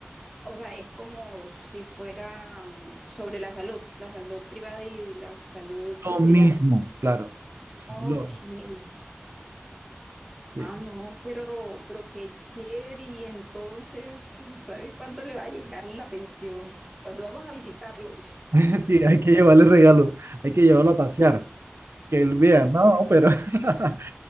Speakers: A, in the centre; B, on the right.
A: o sea, es como si fuera mm, sobre la salud, la salud privada y la salud subsidiada.
B: Lo mismo, claro. Sí,
A: No,
B: lo,
A: que,
B: sí.
A: ah, no, pero, pero qué chévere. Y entonces, mm, ¿sabes cuánto le va a llegar en la pensión? Cuando vamos a visitarlo.
B: <laughs> Sí, hay que llevarle regalo, hay que llevarlo a pasear, que él vea, no, pero, <laughs>